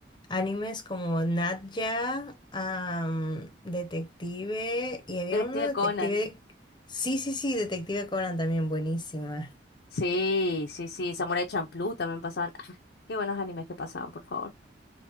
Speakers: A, on the left; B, on the left.
A: animes como Nat Geo, am, Detective y había
B: Detective
A: uno Detective,
B: Conan.
A: sí, sí, sí, Detective Conan también buenísima.
B: Sí, sí, sí, Samurai Champloo también pasaban. Ah, qué buenos animes que pasaban, por favor.